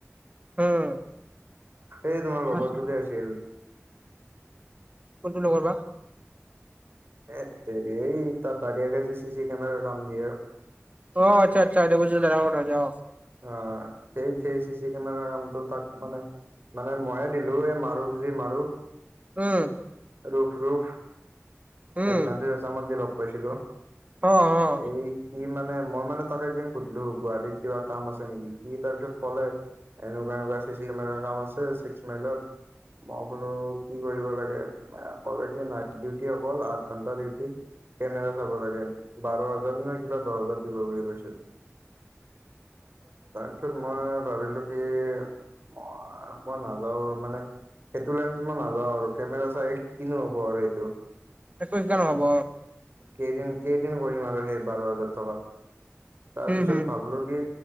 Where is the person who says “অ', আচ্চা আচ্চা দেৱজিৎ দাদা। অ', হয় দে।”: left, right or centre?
Right